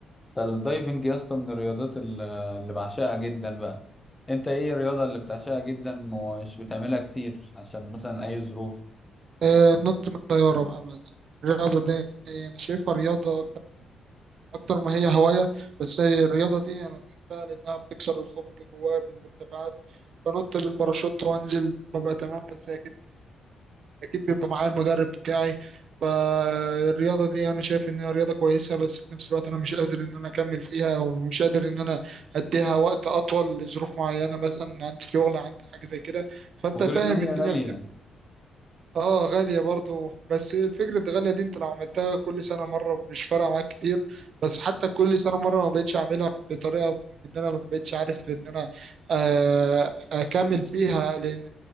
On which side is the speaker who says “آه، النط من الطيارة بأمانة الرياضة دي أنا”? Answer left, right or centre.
Right